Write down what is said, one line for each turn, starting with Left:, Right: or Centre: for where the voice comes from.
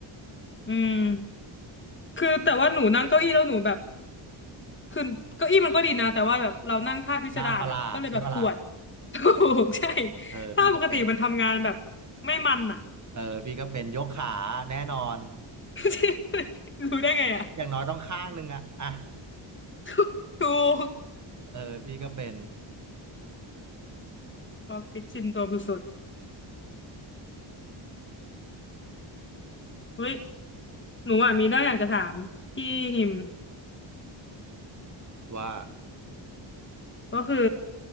Left: อืม คือแต่ว่าหนูนั่งเก้าอี้แล้วหนูแบบคือเก้าอี้มันก็ดีนะแต่ว่าแบบเรานั่งท่าพิสดารอ่ะก็เลยแบบปวด
Right: น่าประหลาดใช่ปะล่ะ
Left: <laughs> ถูกใช่
Right: เออพี่ก็เป็น
Left: ท่าปกติมันทำงานแบบไม่มันอ่ะ
Right: เออพี่ก็เป็นยกขาแน่นอน
Left: <laughs> รู้ได้ไงอ่ะ
Right: อย่างน้อยต้องข้างหนึ่งอะอ่ะ
Left: <laughs> ถูก
Right: เออพี่ก็เป็น
Left: ออฟฟิศซินโดรมสุดๆเฮ้ยหนูอ่ะมีเรื่องอยากจะถามพี่หิม
Right: ว่า
Left: ก็คือ